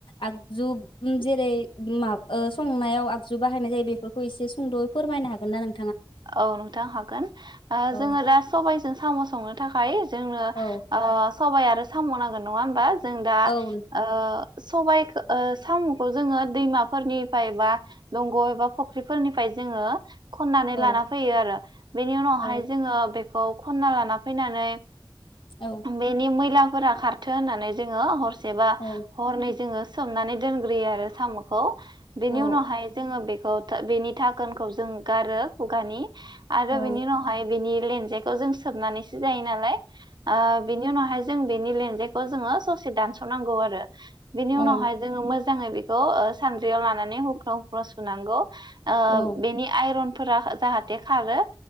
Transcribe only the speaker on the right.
औ नोंथां हागोन
जोङो दा सबायाइजों साम'स संनो थाखाय हायो जोंनो
ओ सबाइ आरो साम' नांगोन नङा होमबा जों दा
ओ सबायाइखौ साम'खौ जोङो दैमाफोरनिफ्राय बा दंग' एबा फख्रिफोरनिफ्राय जोङो खन
लाना फैयो आरो बेनि उनावहाय
जोङो बे खौ खन्ना लाना फैनानै
बेनि मैला फोरा खारथो होननानै जोङो हर सेबा
हरनै जोङो सोमनानै दोनग्रोयो आरो साम'खौ बेनि
उनावहाय जोङो बे ख <unintelligible> बेनि थाखोनखौ जों गारो। <unintelligible> आरो
बिनि उनावहाय बिनि लेन जायखौ जों सोबनानैसो जायो नालाय। ओ बिनि उनावहाय जों बेनि लेंजायखौ जोङो ससे दानस'नांगौ आरो। बिनि
उनावहाय जोङो मोजां मोजाङै बेखौ ओ सानद्रियाव लानानै हुख्र' हुख्र' सुनांगौ। ओ
बेनि आइरन फोरा जाहाथे खारो